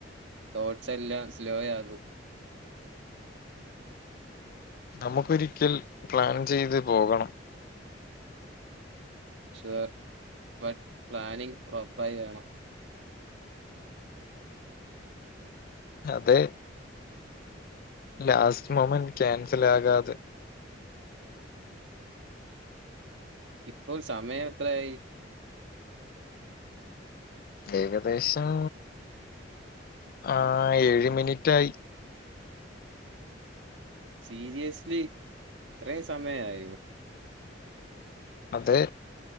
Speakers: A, on the right; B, on the left.
A: തോട്ട്സെല്ലാം സ്ലോയാകും.
B: നമുക്കൊരിക്കൽ പ്ലാൻ ചെയ്ത് പോകണം.
A: ഷുവർ, ബട്ട് പ്ലാനിങ് പ്രോപ്പറായി വേണം.
B: അതേ. ലാസ്റ്റ് മോമെന്റ് ക്യാൻസൽ ആകാതെ
A: ഇപ്പോൾ സമയം എത്രയായി?
B: ഏകദേശം ആ ഏഴ് മിനിറ്റായി.
A: സീരിയസ്ലി ഇത്രേം സമയായോ?
B: അതേ